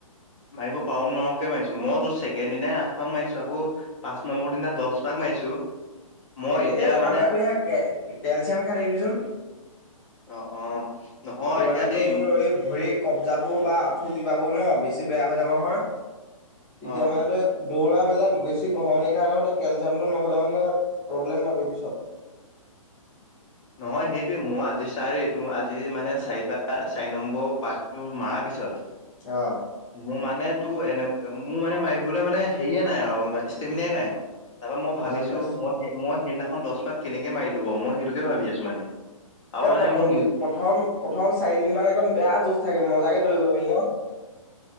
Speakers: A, on the left; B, on the left.
A: মাৰিব পাৰো নোৱাৰো কে মাৰিছো মই তোৰ ছেকেণ্ড দিনাই আঠ পাক মাৰিছো আকৌ পাঁচ নম্বৰ দিনা দছ পাক মাৰিছো মই
B: সেইটো
A: এতিয়া
B: এই তই কাম
A: মানে
B: এটা কৰিবি হা কে কেলচিয়াম খাই থাকিবিচোন
A: অ অ নহয়
B: এই
A: এতিয়া
B: মানে
A: দেই
B: তোৰ এই ভৰি কব্জাবোৰ বা আপ খোজবা বোৰ ন বেছি বেয়া হৈ যাব নহয় তেতিয়া
A: অ
B: মানে তই দৌৰা মেলাত বেছি গহনিৰ খাই নহয় কেলচিয়ামটো নহ'লে মানে প্ৰব্লেম পাবি পিছত
A: নহয় সেইটোৱে মই আজি চাৰি তো আজি মানে চাৰি পা চাৰি নম্বৰ পাকটো মাৰাৰ পিছত
B: অহ
A: মোৰ মানে তোৰ এনে মোৰ মানে মাৰিবলৈ মানে হেৰিয়ে নাই আৰু ষ্টেমিনাই নাই। তাপা মই ভাবিছো
B: গম পাইছো
A: মই মই সেইদিনাখন দহ পাক কেনেকে মাৰিলো বাৰু। মই সেইটোকে ভাবি আছো মানে। আৰু
B: এ
A: মানে
B: প্ৰথম
A: মোৰ নিজ
B: প্ৰথম প্ৰথম চাৰি দিন মান একদম বেয়া ঝোজ চাগে মজাকে দৌৰিব পাৰি ন।